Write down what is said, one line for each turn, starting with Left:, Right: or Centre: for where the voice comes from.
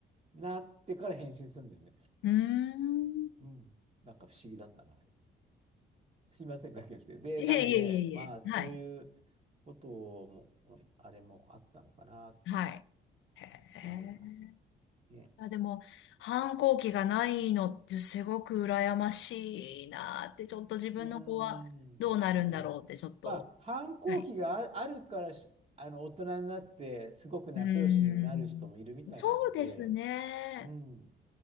Right: なってから返信するんだよね。
Left: うーん。
Right: うん。なんか不思議だったな、あれ。すいません、かけて。で、
Left: いえいえいえいえ。
Right: なので、まあ、そういうことも、
Left: はい。
Right: あれもあったのかな。
Left: はい。へえ。
Right: 思います。ね。
Left: あ、でも、反抗期がないのってすごく羨ましいなーって、ちょっと自分の子はどうなるんだろうって、
Right: うーん。ね。
Left: ちょっと。
Right: まあ、反抗期がああるからし、
Left: はい
Right: あの、大人になって、すごく仲良しになる人もいるみたいなので、
Left: うーん。そうですね。
Right: うん。